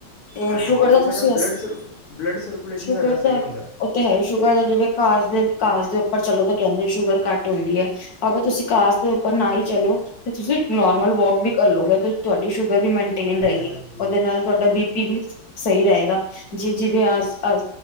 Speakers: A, on the left; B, on the left.
A: ਤੇ
B: ਹਾਂਜੀ
A: ਸ਼ੂਗਰ
B: ਕਿਉਂਕਿ
A: ਦਾ
B: ਸਾਡਾ
A: ਤੁਸੀਂ
B: ਬਲੱਡ
A: <unintelligible>
B: ਸਰ ਬਲੱਡ ਸਰਕੂਲੇਸ਼ਨ
A: ਸ਼ੂਗਰ
B: ਸਾਡਾ ਸਹੀ
A: ਦਾ
B: ਹੁੰਦਾ
A: ਉਹ ਤੇ ਹੈ ਸ਼ੂਗਰ <unintelligible> ਘਾਸ ਦੇ ਘਾਸ ਦੇ ਉਪ ਪਰ ਚਲੋ ਤੇ ਕਹਿੰਦੇ ਸ਼ੂਗਰ ਘੱਟ ਹੁੰਦੀ ਏ, ਭਾਵੇ ਤੁਸੀਂ ਘਾਸ ਦੇ ਉੱਪਰ ਨਾ ਹੀ ਚਲੋ ਤੇ ਤੁਸੀਂ ਨੋਰਮਲ ਵੋਕ ਵੀ ਕਰ ਲਓਗੇ, ਤੇ ਤੁਹਾਡੀ ਸ਼ੂਗਰ ਵੀ ਮੇਨ ਟੇਨ ਰਹਿ ਗਈ,
B: ਹਾਂਜੀ
A: ਉਹਦੇ ਨਾਲ ਤੁਹਾਡਾ ਬੀ ਪੀ ਵੀ ਸਹੀ ਰਹੇਗਾ, ਜੀ ਜਿਵੇਂ ਅ ਅ